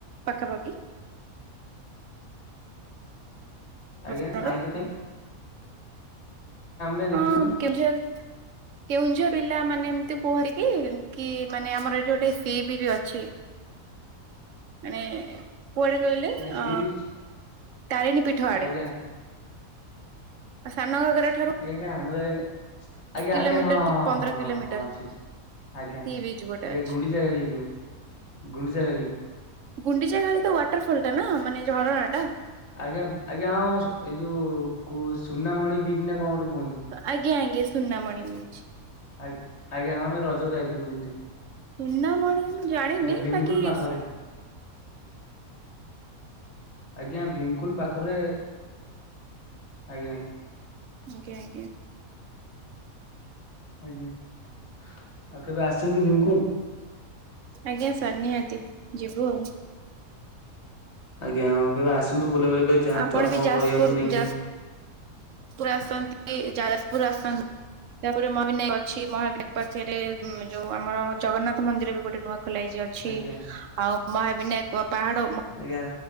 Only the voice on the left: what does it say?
ଆଜ୍ଞା ନାହିଁ ତ କାହିଁ? କାଇଁ
ଦେଖିନୁ ତ
ଆଜ୍ଞା ସି ବିଚ୍
ଆଜ୍ଞା
ଆଜ୍ଞା କାଁ ଆମେ ଜା
ଆଜ୍ଞା
ଆଜ୍ଞା ହଁ
ହଁ
ହଁ ହଁ
ହଁ ଅଛି ଅଛି। ଆଜ୍ଞା
ଆଜ୍ଞା
ଗୁଣ୍ଡିଚାଘାଗି ହେଇଥିବ। ଗୁଣ୍ଡିଚାଘାଗି
ଆଜ୍ଞା ଆଜ୍ଞା ହଁ ଏଇ ଯୋଉ କୁ ସୁନାମଣି ବିଚ ନା କଣ ଗୋଟେ କୁହନ୍ତି।
ଆ ଆଜ୍ଞା ହଁ ଆମେ ରଜରେ ଯାଇଥିଲୁ ବୁଲତେ।
ଆଜ୍ଞା ଭୀମକୁଣ୍ଡ
ପାଖରେ
ଆଜ୍ଞା ଭୀମ୍ କୁ ପାଖରେ ଆଜ୍ଞା।
ଆଉ କେବେ ଆ--ଚନ୍ତି ଭୀମ୍ କୁ?
ଆଜ୍ଞା କେବେ ଆସନ୍ତୁ, ବୁଲା ବୁଲି କରି ଯାଆନ୍ତୁ,
ଆପଣଙ୍କ
ପ---ବାର୍ କୁ ନେଇକି
ସବୁ।
ଆଜ୍ଞା ଆଜ୍ଞା।